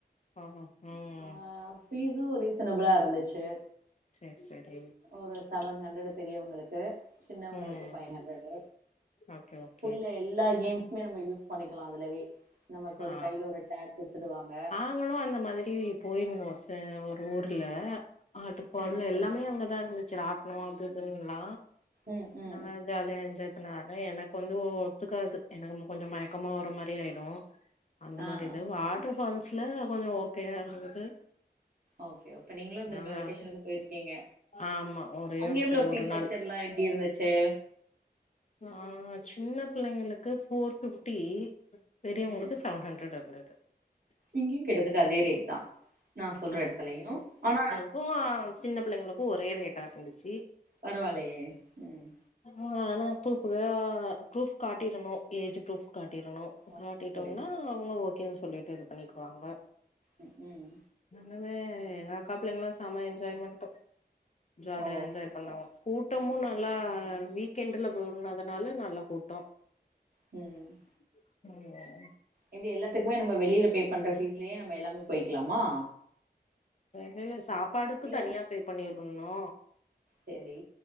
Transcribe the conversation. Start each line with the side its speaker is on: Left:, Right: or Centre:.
Left: ஆஹ ம்
Right: ஆ ஃபீஸு ரீசனபிளா இருந்துச்சு
Left: சேரி சேரி
Right: ஒரு செவன் ஹண்ட்ரடு பெரிய வங்களுக்கு சின்னவங்களுக்கு
Left: ம்
Right: ஃபை ஹண்ட்ரடு
Left: ஓகே ஓக்
Right: ஃபுல்ல எல்லா கேம்ஸுமே நம்ம யூஸ் பண்ணிக்கலா அதிலவே நமக்கு ஒரு
Left: ஆ
Right: கையில ஒரு டேக் குடுத்துடுவாங்க
Left: நாங்களு அந்த மாரி போயிருந்தோ சார் ஒரு ஊர்ல வாட்டர்ஃபால்
Right: ம் ம்
Left: எல்லாமே அங்கதா இருந்துச்சு ராட்னோ அது இதுன்ல்லா
Right: ம் ம்
Left: நல்லா ஜாலியா என்ஜாய் பண்ண ஆனா எனக்கு வந்து ஒத்துக்காது எனக்கு கொஞ்ச மயக்கமா வற மாரி ஆயிடு அந்த
Right: ஆ
Left: மாரி
Right: ஆ
Left: இது வாட்டர்ஃபால்ஸ்ல கொஞ்ச ஓகேயா இருந்தது
Right: ஓகே ஓ அப்ப நீங்களு இந்த
Left: நல்லா
Right: வெகேஷனுக்கு போயிரு க்கிங்க
Left: ஆமா ஒரே
Right: அங்க
Left: ஒருத்த
Right: எவ்ளோ பீஸ்
Left: ஒரு
Right: ஸ்ட்ரக்சர்
Left: நாள்
Right: எல்லா எப்டி இருந்துச்சு
Left: ஆ சின்ன பிள்ளைங்களுக்கு ஃபோர் பிஃப்டி பெரியவங்களுக்கு
Right: ம்
Left: செவன் ஹண்ட்ரடு இருந்தது
Right: இங்கயு கிட்டத்தட்ட அதே ரேட் தா நா சொல்ற இடத்துலயு ஆனா
Left: க்கு சின்ன பிள்ளைங்களுக்கு ஒரே ரேட்டா இருந்துச்சு
Right: பரவால்லயே ம்
Left: ஆ ஆனா அப்பப்புக்கு ப்ரூப் காட்டிடணு ஏஜ் ப்ரூப் காட்டிரணு
Right: ஓ
Left: காட்டிட்டோம்னா
Right: புரியுது
Left: அவுங்க ஓகேன்னு சொல்லிட்டு இது பண்ணிக்குவாங்க
Right: ம் ம்
Left: நல்லாவே எங்க அக்கா பிள்ளைங்களா செம என்ஜாய்மெண்ட் ஜாலியா
Right: ஓ
Left: என்ஜாய்
Right: சூப்பர்
Left: பண்ணாங்க கூட்டமு நல்லா வீக்கெண்ட்டுல போயிருந்ததுனால நல்ல கூட்டோ
Right: ம்
Left: ம்
Right: எப்டி எல்லாத்துக்குமே நம்ப வெளியில பே பண்ற ஃபீஸ்லயே நம்ம எல்லாமே போயிக்கலாமா
Left: வெளில சாப்பாடுக்கு
Right: இல்ல
Left: தனியா பே பண்ணிருணு
Right: சேரி